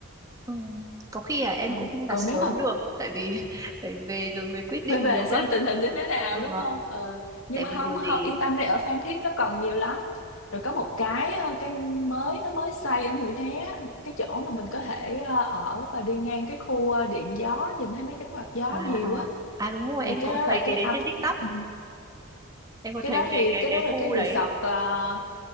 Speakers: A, on the right (about 15°); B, on the left (about 70°).
A: Ừ. Có khi là em
B: ừ.
A: cũng không đặt
B: còn
A: sớm
B: nếu mà
A: được tại vì <laughs> phải về rồi mới
B: <laughs>
A: quyết định
B: phải về
A: được
B: xem
A: á.
B: tình hình như thế nào
A: Ừ,
B: đúng không ừ nhưng
A: tại
B: mà
A: vì
B: không
A: rồi gì
B: không yên tâm đi ở Phan Thiết nó còn nhiều lắm rồi có một cái ờ, cái mới nó mới xây ở Mũi Né cái chỗ mà mình có thể ờ, ở và đi ngang cái khu ờ, điện gió nhìn thấy mấy cánh quạt gió
A: à
B: nhiều
A: à
B: á
A: à đúng rồi
B: thì
A: em
B: cái
A: có
B: đó
A: thấy
B: là cái
A: cái đấy
B: up
A: trên TikTok
B: ừ,
A: em có
B: cái
A: thấy
B: đó thì
A: cái cái
B: cái
A: cái
B: đó là
A: khu
B: cái
A: đấy
B: resort ờ,